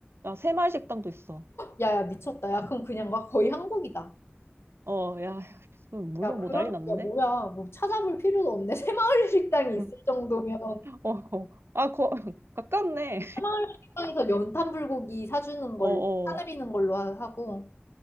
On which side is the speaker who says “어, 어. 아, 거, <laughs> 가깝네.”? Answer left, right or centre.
Right